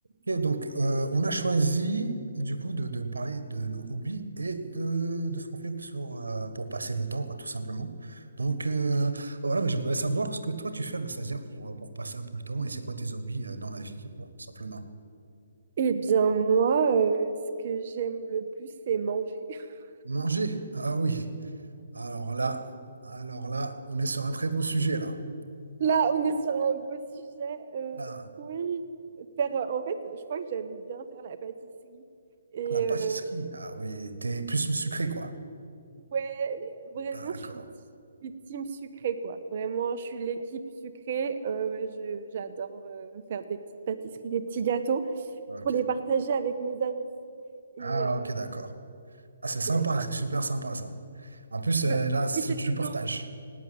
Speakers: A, on the right (about 80°); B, on the right (about 50°).
A: Ok, donc euh, on a choisi du coup de, de parler de nos hobbies et de, de ce qu'on fait sur, euh, pour passer le temps, quoi, tout simplement. Donc euh, voilà, moi, j'aimerais savoir ce que toi tu fais, Anastasia, pour, euh, pour passer un peu le temps et c'est quoi tes hobbies euh, dans la vie, quoi, tout simplement.
B: Eh bien, moi, euh, ce que j'aime le plus, c'est manger. <laughs>
A: Manger, ah oui. Alors là, alors là, on est sur un très bon sujet là.
B: Là, on est sur un beau sujet. Euh,
A: Là,
B: oui, faire, euh, en fait, je crois que j'aime bien faire la pâtisserie. Et
A: la pâtisserie,
B: euh,
A: ah oui, t'es plus sucré, quoi.
B: ouais, vraiment,
A: D'accord.
B: je suis, je suis team sucrée, quoi. Vraiment, je suis l'équipe sucrée. Euh, ouais, je, j'adore euh, faire des petites pâtisseries, des petits gâteaux
A: Ok.
B: pour les partager avec mes amis. Et
A: Ah
B: euh,
A: ok, d'accord. Ah, c'est sympa,
B: ouais.
A: c'est super sympa ça. En plus, euh,
B: Bah,
A: là, si
B: mais c'est
A: tu
B: toujours,
A: partages,